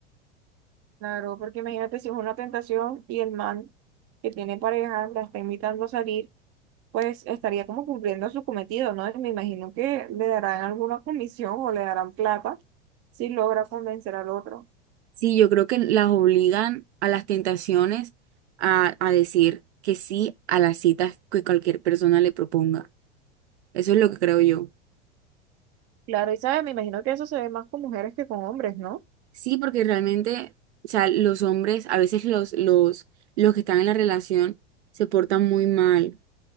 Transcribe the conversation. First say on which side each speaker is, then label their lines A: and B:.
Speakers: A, on the right; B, on the right.
A: Claro, porque imagínate si es una tentación y el man que tiene pareja la está invitando a salir, pues estaría como cumpliendo su cometido, ¿no? Y me imagino que le darán alguna comisión o le darán plata si logra convencer al otro.
B: Sí, yo creo que las obligan a las tentaciones a, a decir que sí a las citas que cualquier persona le proponga. Eso es lo que creo yo.
A: Claro, y sabes, me imagino que eso se ve más con mujeres que con hombres, ¿no?
B: Sí, porque realmente, o sea, los hombres, a veces los, los, los que están en la relación se portan muy mal,